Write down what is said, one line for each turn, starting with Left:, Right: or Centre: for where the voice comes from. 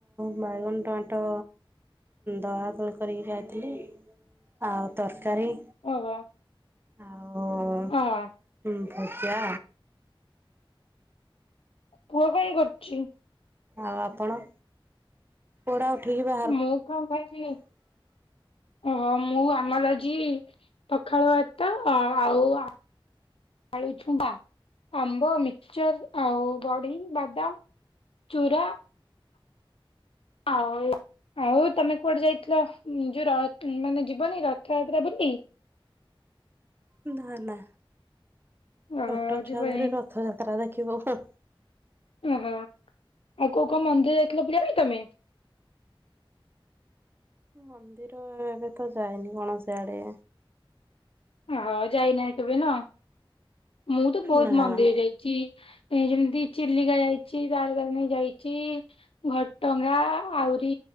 Right: ବାଇଗଣ ଟମାଟ ଦଳା ଦଳି କରିକି ଖାଇଥିଲି ଆଉ ତରକାରୀ
Left: ଓହୋ
Right: ଆଉ ହୁଁ
Left: ହଁ
Right: ଭଜା
Left: ପୁଅ କଣ କରୁଛି?
Right: ଆଉ ଆପଣ? ପୁଅଟା ଉଠିକି ବା
Left: ମୁଁ କଣ ଖାଇଥିଲି
Right: <inaudible>
Left: ଓହୋ ମୁଁ ଆମର ଆଜି ପଖାଳ ଭାତ ଆଉ ଆଉ ଆ ଆଳୁ ଛୁଙ୍କା, ଆମ୍ବ, ମିକଚର ଆଉ ବଡ଼ି ବାଦାମ ଚୁରା ଆଉ ଏ ଆଉ ତମେ କୁଆଡେ ଯାଇଥିଲ ଯୋଉ ରଥ୍ ମାନେ ଯିବନି ରଥଯାତ୍ରା ବୁଲି?
Right: ନା ନା
Left: ଓହୋ
Right: ଛୋଟ ଛୁଆ
Left: ଯିବନି
Right: ଧରି ରଥଯାତ୍ରା ଦେଖିବ ହୁଁ।
Left: ଓ ହଁ ଆଉ କୋଉ କୋଉ ମନ୍ଦିର ଯାଇଥିଲ ପୂଜା ପାଇଁ ତମେ?
Right: ମନ୍ଦିର ଏବେ ତ ଯାଇନି କୌଣସି ଆଡେ।
Left: ହଁ ଯାଇନାଇ କେବେ ନା ମୁଁ ତ ବହୁତ
Right: ନା।
Left: ମନ୍ଦିର ଯାଇଚି ଏ ଯେମିତି ଚିଲିକା ଯାଇଚି ତାରା ତାରିଣୀ ଯାଇଚି। ଘଟଗାଁ ଆଉରି